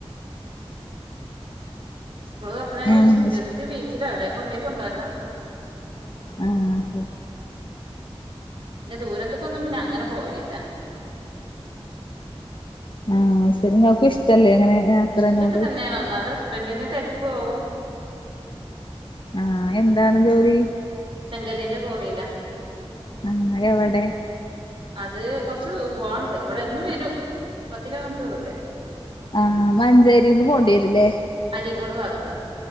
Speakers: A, on the right; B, on the left.
A: സ്കൂൾ തുറക്കണ വെശ്
B: ആഹ്
A: ജസ്റ്റ് ബീച്ചില എവിടെ കൊണ്ടോയി കൊണ്ടോരണം
B: ആഹ് ശരി-
A: പിന്നെ ദൂരത്തക്കൊന്നും പിന്നെ അങ്ങനെ പോവലില്ല
B: ആഹ് ശരിങ്ങക്കു ഇഷ്ടല്ലേ അങ്ങനെ യാത്രനോട്
A: ഇഷ്ട്ടൊക്കെ തന്നെയാണ് ഒന്നാതെ ഹസ്‌ബെൻഡിന് തെരക്കുവാവും
B: ആഹ് എന്താണ് ജോലി?
A: ചെങ്കല്ലിന്റെ കോറിലാ.
B: ആ എവിടെ?
A: അത് കൊറച്ച് ദൂ പോവാൻണ്ട് ഇവിടെ എന്നും വരും പത്ത് കിലോമീറ്റർ ദൂരെ.
B: ആഹ് മഞ്ചേരിന്ന് പോണ്ടി വരൂലേ?
A: ക്കോട് ഭാഗത്താ.